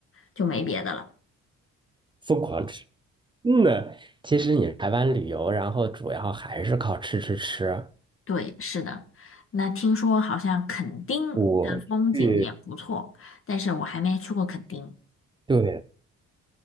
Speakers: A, on the left (about 45°); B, on the right (about 15°).
A: 就没别的了。
B: 疯狂吃。嗯呢，其实你台湾旅游，然后主要还是靠吃吃吃。
A: 对，是的。那听说好像垦丁的风景也不错，
B: 我去，
A: 但是我还没去过垦丁。
B: 对